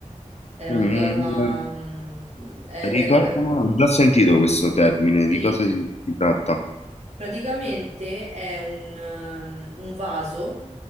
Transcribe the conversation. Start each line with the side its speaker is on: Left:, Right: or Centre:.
Right: Ero
Left: Mm,
Right: andata, mh, e-
Left: ricordamelo,
Right: ero, eh,
Left: ho già sentito questo termine,
Right: sì,
Left: di cosa si, si tratta?
Right: Praticamente è un, um, un vaso,